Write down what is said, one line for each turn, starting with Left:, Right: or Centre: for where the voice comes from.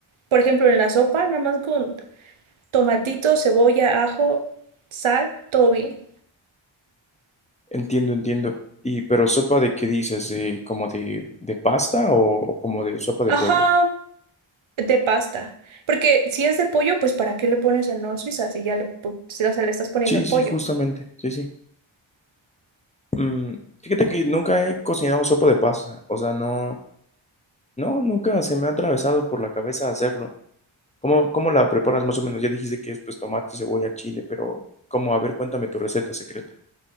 Right: por ejemplo en la sopa, nada más con tomatito, cebolla, ajo, sal, todo bien.
Left: Entiendo, entiendo. Y pero sopa de qué dices, de como de, de pasta o, o como de sopa de
Right: Ajá,
Left: pollo.
Right: de pasta. Porque si es de pollo, pues ¿para qué le pones el Nor Suiza si ya le, pu- si, o sea, le estás poniendo
Left: Sí,
Right: el
Left: sí,
Right: pollo?
Left: justamente, sí, sí. Mm, fíjate que nunca he cocinado sopa de pasta, o sea, no. No, nunca se me ha atravesado por la cabeza hacerlo. ¿Cómo, cómo la preparas más o menos? Ya dijiste que es pues tomate, cebolla, chile, pero ¿cómo? A ver, cuéntame tu receta secreta.